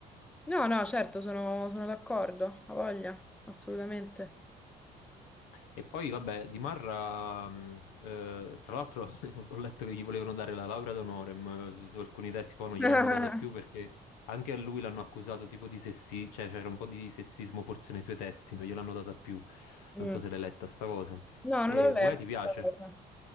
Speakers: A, in the centre; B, on the left (about 80°).
A: No, no, certo, sono, sono d'accordo, ho voglia, assolutamente.
B: E poi, vabbè, Di Marra, mh, eh, tra l'altro, <laughs> ho letto che gli volevano dare la laurea d'onore, ma su alcuni testi poi non
A: <laughs>
B: gliel'hanno data più perché anche a lui l'hanno accusato tipo di sessismo, cioè c'era un po' di sessismo forse nei suoi testi, non gliel'hanno data più.
A: Mm.
B: Non so se l'hai letta sta cosa.
A: No,
B: E
A: non l'ho letto.
B: Guè ti piace
A: questa cosa.